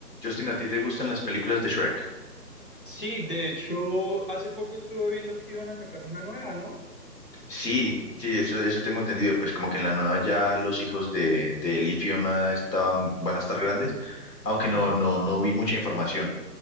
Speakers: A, on the left; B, on the left.
A: Justin, ¿a ti te gustan las películas de Shrek?
B: Sí, de hecho, hace poco estuve viendo que iban a sacar una nueva, ¿no?
A: Sí, sí, eso, eso tengo entendido. Pues como que en la nueva ya los hijos de, de Él y Fiona estaban, van a estar grandes, aunque no,
B: Ajá.
A: no, no vi mucha información,